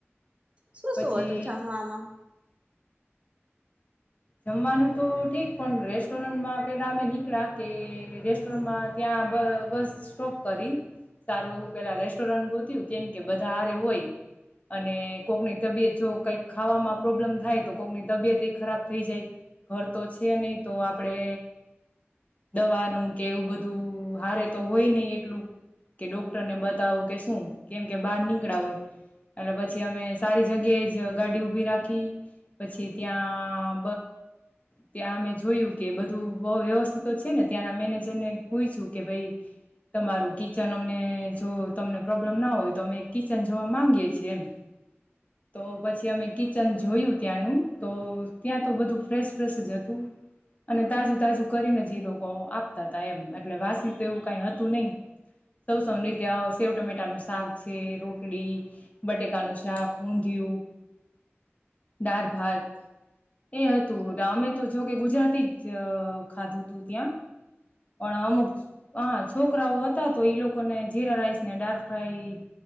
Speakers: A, on the right (about 25°); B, on the left (about 30°).
A: શું
B: પછી
A: શું હતું જમવામાં?
B: જમવાનું તો ઠીક પણ રેસ્ટોરન્ટમાં પેલા અમે નીકળ્યા કે રેસ્ટોરન્ટમાં
A: હા
B: ત્યા બ બસ સ્ટોપ કરી. સારું એવું પેલા રેસ <inaudible> કેમ કે બધા હારે હોય અને કોકની તબિયત જો કઈક ખાવામાં પ્રોબ્લેમ થાય તો કોકની તબિયત ખરાબ થઈ જાય ઘર તો છે નહી તો આપડે દવાનું કે એવું બધું હારે તો હોય નહી એટલું કે ડોક્ટરને બતાવું કે શું? કેમ કે બહાર નિકળા હોય. અને પછી અમે સારી જગ્યાએ જ ગાડી ઉભી રાખી પછી ત્યાં ત્યાં અમે જોયું કે બધું અ વ્યસ્થ છે ને ત્યાંના મેનેજર ને પૂછ્યું કે ભાઈ તમારું કિચન અમને જો તમને પ્રોબ્લેમ ના હોય તો અમે કિચન જોવા માંગીએ છીએ એમ. તો પછી અમે કિચન જોયું ત્યાંનું તો ત્યાં તો બધું ફ્રેશ ફ્રેશ જ હતું અને તાજું તાજું કરીને જ એ લોકો આપતા હતા એમ એટલે વાસી તો એવું કઈ હતું નહી સૌ સૌ નહી ત્યાં સેવ ટમેટાનું શાક છે રોટલી બટેકાનું શાક ઊંધિયું દાળ ભાત એ હતું અમે તો જો કે ગુજરાતી જ ખાધું તું ત્યાં. પણ અમુખ હ છોકરાઓ હતા તો ઈ લોકોને જીરા રાઈસ ને ડાર્ક ફ્રાય